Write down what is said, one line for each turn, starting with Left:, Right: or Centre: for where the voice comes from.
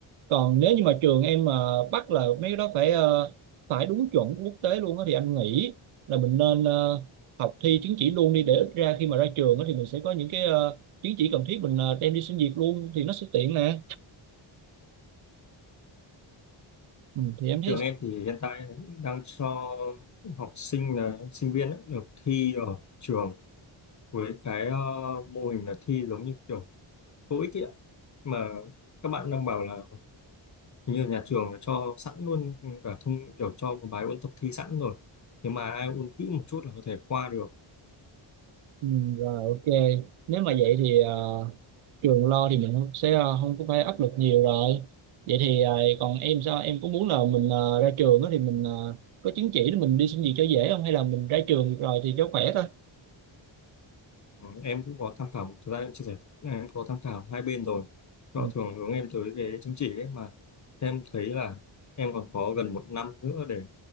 Right: còn nếu như mà trường em mà bắt là mấy cái đó phải ờ, phải đúng chuẩn quốc tế luôn á thì anh nghĩ là mình nên ờ, học thi chứng chỉ luôn đi để ít ra khi mà ra trường á thì mình sẽ có những cái ờ, chứng chỉ cần thiết mình ờ, đem đi xin việc luôn thì nó sẽ tiện nè ừ, thì em
Left: Trường
Right: thấy
Left: em thì hiện tại đang cho học sinh là sinh viên ấy, được thi ở trường với cái ờ, mô hình là thi giống như kiểu TOEIC ấy ạ. mà các bạn đang bảo là hình như nhà trường là cho sẵn luôn cả thông kiểu cho một bài ôn tập thi sẵn rồi nhưng mà ai ôn kỹ một chút là có thể qua được
Right: Ừ, rồi ok nếu mà vậy thì ờ, trường lo thì mình không- sẽ ờ, không có phải áp lực nhiều rồi vậy thì ờ, còn em sao em có muốn là mình ờ, ra trường á thì mình ờ, có chứng chỉ để mình đi xin việc cho dễ không hay là mình ra trường rồi thì cho khỏe thôi
Left: Ừ, em cũng có tham khảo thực ra em chia sẻ là em có tham khảo hai bên rồi họ
Right: ừ,
Left: thường hướng em tới cái chứng chỉ ấy mà Thế em thấy là em còn có gần một năm nữa để